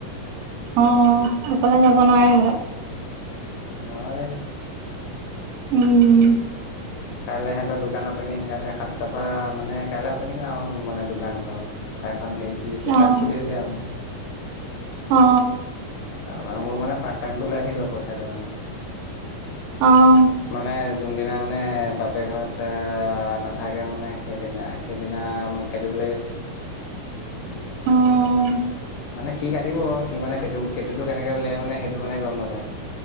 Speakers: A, on the right (about 80°); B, on the left (about 80°).
A: আহ অকলে যাব নোৱাৰাৰে হলে।
B: নোৱাৰে।
A: উম।
B: কাইলে সিহঁতৰ দোকান অপেনিং কাইলে সাতটা পৰা মানে কাইলৈ আপেনিং আৰু মানে দোকান ঘৰ আৰু এখন হেৰি খুলিছে
A: অ',
B: তাক খুলি দিছে মানে।
A: অ।
B: ত মোৰা মানে পাৰ্ট টাইমটো ওলাই থাকিব পইচাটো মানে।
A: আহ।
B: মানে যোনদিনা মানে বাপেক ঘত নাথাকে মানে সেইদিনা সেইদিনা প্লেজ
A: <inaudible> অ',
B: মানে সি কাটিব সি মানে পেটু পেটুতটো কেনেকে উলিয়াই মানে সেইটো মানে গম নাপায়